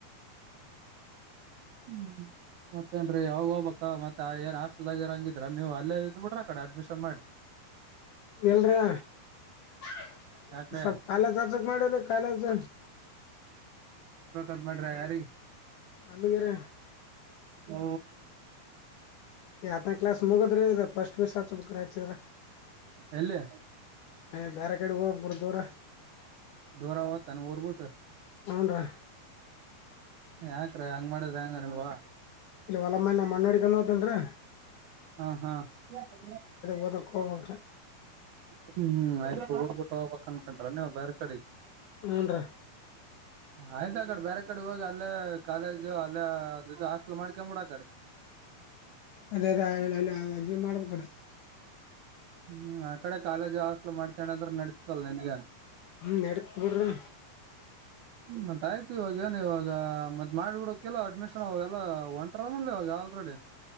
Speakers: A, on the right; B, on the left.
A: <inaudible> ಮತ್ತೇನ್ರರಿ ಅವಾವಾಗ ಹೋಗ್ಬೇಕ ಮತ್ತೆ ಏನ್ ಹಾಸ್ಟೆಲ್ ಆಗಿರ ಹಂಗಿದ್ರ ನೀವು ಅಲ್ಲೇ ಇದ್ ಬಿಡ್ರ ಕಡೆ ಅಡ್ಮಿಷನ್ ಮಾಡಿ
B: ಇಲ್ ರೀ <inaudible>
A: ಯಾಕ್ರೀ
B: ಸ್ವಲ್ಪ ಕಾಲೇಜು ಅಚಬೇಕಂತ <unintelligible> ಮಾಡಿದ್ದೆ ಕಾಲೇಜು
A: ಮಾಡ್ರ ಯಾರಿಿಗೆ <unintelligible>
B: ನಂಬಗೆರ
A: ಓ
B: ಆತ್ನ ಕ್ಲಾಸ್ ಮುಗದ್ರಿ ಇದ ಫಸ್ಟ್ ಮಿಸ್ ಹಚ ಬು್ರ ಹಚ್ಚಿದ್ರ
A: ಎಲ್ಲಿ
B: ಹ ಬ್ಯಾರಕೇಡ್ ಹೋಗ ಕೂಡ ದೂರ
A: ದೂರಾವ <unintelligible> ತಾನ ಊರ್ಬುಟ್ಟು
B: ಹುನ್ರಿ
A: ಯಾಕ್ರ ಹಂಗ್ ಮಾಡಿದ್ರ ಹೆಂಗನ್ವಾ
B: ಇಲ್ಲ ಒಲಮ್ಮ ಮಣ್ಣು ಹೊಡಿಕೊಂಡ ಹತನ್ರೀ
A: ಹಾ ಹಾತ್ರ <unintelligible>
B: ಓದಕ್ ಹೋಗ್ಬೇಕ್ರಿ
A: ಹ್ಮ್ ಹ್ಮ್ ಆಯ್ತು ಊರ್ಬಿಟ್ಟ ಹೋಗ್ಬೇಕಕ್ ಅನ್ಕಟ್ರ ನೀವು್ ಬೇರ್ ಕಡೆ
B: ಹುನ್ರಿ
A: ಆಯ್ತ ಆ ಕಡೆ ಬೇರೆ ಕಡೆ ಹೋಗಿ ಅಲ್ಲೇ ಕಾಲೇಜು ಅಲ್ಲೇ ಅ ಇದು ಹಾಸ್ಟೆಲ್ ಮಾಡ್ಕೊಬಿಡಕಡೆ
B: ಅದೇ ಅದ ಅ ಅಲ್ಲ ಅದೊಮ ಕಣ <unintelligible>
A: ಹ್ಮ್ ಆ ಕಡೆ ಕಾಲೇಜ್ ಹಾಸ್ಟ್ಲ್ ಮಾಡ್ಕಣದ್ರ ನಡತದಲ್ಲ ನಿನ್ಗ
B: ಹ್ಮ ನಡತ್ ನೋಡ್ರಿ
A: ಮತ್ ಆಯ್ತು ಇವಾಗ ಏನ್ ಇವಾಗ ಮತ್ ಮಾಡ್ಬಿಡಕಲ್ಲ ಅಡ್ಮಿಷನ್ ಅವಗ ಎಲ್ಲ ಒಂಟರಲ್ ಇವಾಗ ಆಲ್ತ್ರಡೆ